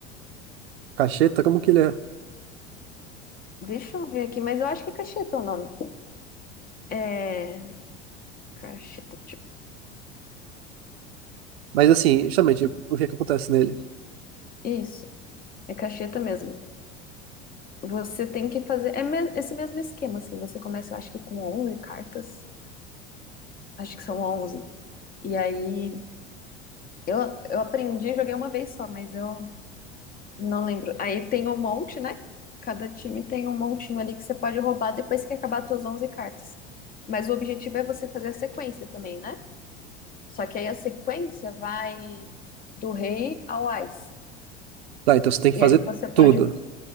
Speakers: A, on the right (about 60°); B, on the left (about 25°).
A: cacheta, como que ele é?
B: Deixa eu ver aqui, mas eu acho que é cacheta o nome. É. Cacheta, tipo.
A: Mas assim, justamente, o o que é que acontece nele?
B: é, Isso, é cacheta mesmo. Você tem que fazer. É me- esse mesmo esquema, assim. Você começa, acho que com 11 cartas. Acho que são 11. E aí. Eu, eu aprendi, joguei uma vez só, mas eu não lembro. Aí tem um monte, né? Cada time tem um montinho ali que você pode roubar depois que acabar as tuas 11 cartas. Mas o objetivo é você fazer a sequência também, né? Só que aí a sequência vai do rei ao ás.
A: Tá, então você tem que
B: E
A: fazer
B: aí você pode.
A: tudo.